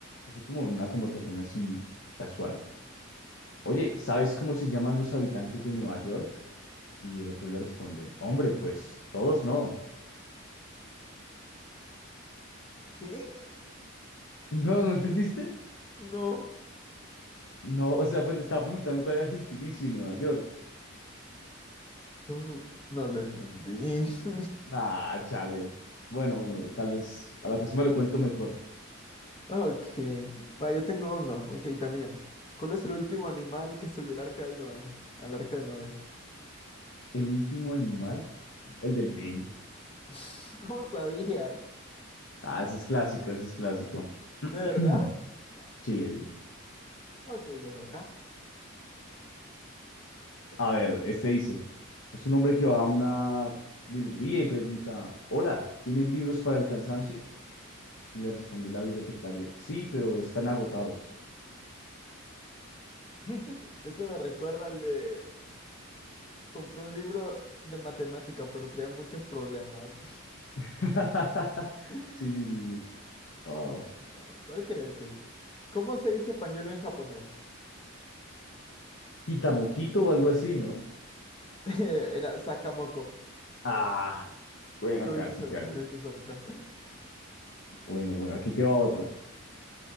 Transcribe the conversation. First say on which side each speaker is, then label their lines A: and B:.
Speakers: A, on the left; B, on the left.
A: así como en una conversación así casual. Oye, ¿sabes cómo se llaman los habitantes de Nueva York? Y el otro le responde, hombre, pues todos no.
B: ¿Qué?
A: <laughs> No, ¿no entendiste?
B: No.
A: No, o sea, pues te estaba preguntando cuál era el gentilicio en Nueva York.
B: No, no lo entendí. <laughs>
A: Ah, chale. Bueno, bueno, tal vez a la próxima lo cuento mejor.
B: Ok, va, yo tengo uno. Ok, también. ¿Cuál es el último animal que subió al arca del Noé? Al arca de Noé.
A: El último animal, el delfín.
B: <laughs> ¿Cómo sabías?
A: Ah, ese es clásico, ese es clásico. <clears throat>
B: ¿De verdad? Ah,
A: Sí, eh,
B: Ok, ya acá.
A: a ver, este dice, es un hombre que va a una librería y pregunta, hola, ¿tienen libros para el cansancio? Y le responde la bibliotecaria, sí, pero están agotados.
B: <laughs> Ese me recuerda al de... Compré un libro de matemática, pero traía muchos problemas.
A: <laughs>
B: <laughs>
A: Sí, sí, sí, sí. Wow.
B: Tan agotados. Ok, ok. ¿Cómo se dice pañuelo en japonés?
A: Quitamoquito o algo así, ¿no?
B: <laughs> Era sakamoko.
A: Ah, bueno,
B: Estuviste
A: casi,
B: cerca,
A: casi.
B: estuviste cerca.
A: Bueno, bueno, aquí te va otro.